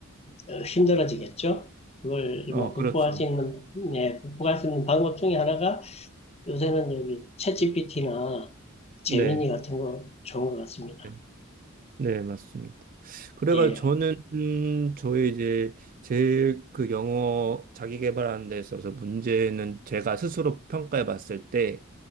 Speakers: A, on the left; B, on the right.
A: 어, 힘들어지겠죠. 그걸
B: 어,
A: 뭐 극복할
B: 그렇죠.
A: 수 있는 예, 극복할 수 있는 방법 중에 하나가 요새는 여기 챗GPT나 재민이
B: 네.
A: 같은 거 좋은 것 같습니다.
B: 네, 네, 맞습니다. 그래가
A: 예.
B: 저는 음, 저의 이제 제 그 영어 자기 개발하는 데 있어서 문제는 제가 스스로 평가해 봤을 때